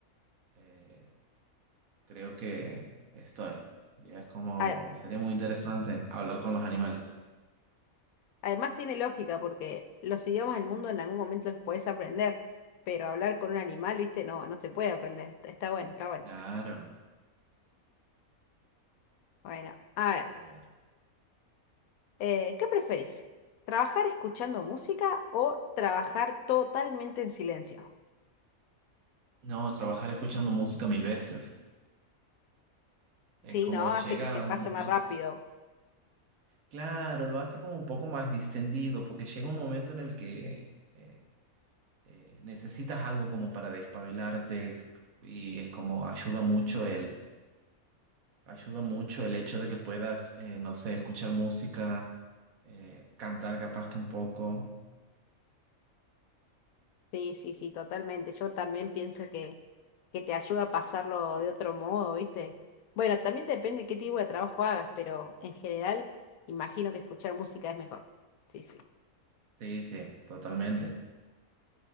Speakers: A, on the right; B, on the left.
A: eh, creo que estoy. Ya Es como,
B: A-
A: sería muy interesante hablar con los animales.
B: Además tiene lógica porque los idiomas del mundo en algún momento los podés aprender, pero hablar con un animal, viste, no, no se puede aprender. Está está bueno, está bueno.
A: Claro.
B: Bueno, a ver,
A: A ver.
B: eh, ¿qué preferís? ¿Trabajar escuchando música o trabajar totalmente en silencio?
A: No, trabajar escuchando música mil veces. Es
B: Sí,
A: como
B: ¿no?
A: llega
B: Hace que se pase
A: un momento.
B: más rápido.
A: Claro, lo hace como un poco más distendido, porque llega un momento en el que eh, eh, necesitas algo como para despabilarte y es como ayuda mucho Ayuda mucho el hecho de que puedas, eh, no sé, escuchar música, eh, cantar capaz que un poco.
B: Sí, sí, sí, totalmente. Yo también pienso que, que te ayuda a pasarlo de otro modo, ¿viste? Bueno, también depende qué tipo de trabajo hagas, pero en general imagino que escuchar música es mejor. Sí, sí.
A: Sí, sí, totalmente.